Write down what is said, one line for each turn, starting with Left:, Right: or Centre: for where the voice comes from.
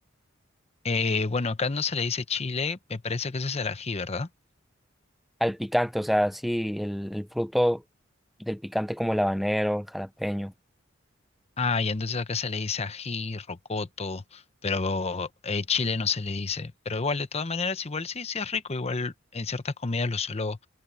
Left: Eh, bueno, acá no se le dice chile, me parece que ese es el ají, ¿verdad?
Centre: Al picante, o sea, sí, el, el fruto del picante como el habanero, el jalapeño.
Left: Ah, y entonces acá se le dice ají, rocoto, pero eh, chile no se le dice. Pero igual, de todas maneras, igual sí, sí es rico. Igual en ciertas comidas lo suelo,